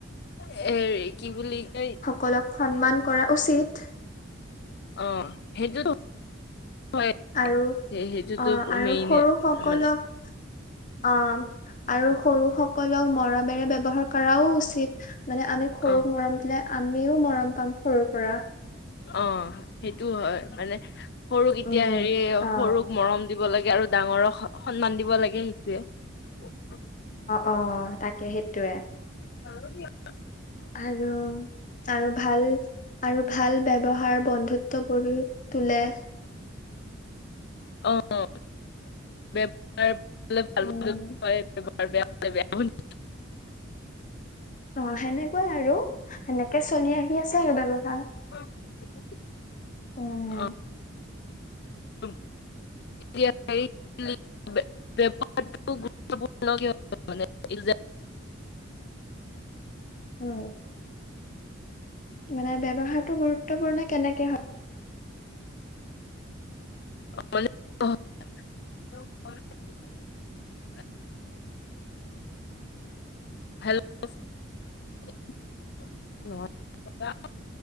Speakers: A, on the left; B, on the left.
A: হেৰি কি বুলি কয়
B: কলক সন্মান কৰা উচিত।
A: অ সেইটোতো হয়।
B: আৰু
A: সেইটোতো
B: অ আৰু
A: মেইনে
B: সৰু সকলক,
A: মানে
B: অ আৰু সৰু সকলক মৰমেৰে ব্যৱহাৰ কৰাও উচিত, মানে আমি সৰুক
A: অ
B: মৰম দিলে আমিও মৰম পাম সৰুৰ পৰা।
A: অ সেইটো হয়, মানে সৰুক এতিয়া
B: উম
A: হেৰি
B: অ
A: সৰুক মৰম দিব লাগে আৰু ডাঙৰক স সন্মান দিব লাগে সেইটোৱে।
B: অ অ তাকে সেইটোৱে।
A: হ'ব দিয়ক
B: আৰু আৰু ভাল আৰু ভাল ব্যৱহাৰ বন্ধু ত্ব গঢ়ি তোলে।
A: <unintelligible>
B: উম অ সেনেকুৱাই আৰু সেনেকে চলি আহি আছে আৰু ব্যৱহাৰ।
A: <unintelligible>
B: উম
A: অ <unintelligible> বোৰ গুৰুত্বপূৰ্ণ কিহৰ কাৰণে, এই যে
B: উম। মানে ব্যৱহাৰতো গুৰুত্বপূৰ্ণ কেনেকে হয়,
A: <unintelligible>
B: <inaudible>
A: হেল্লো' <unintelligible> <unintelligible>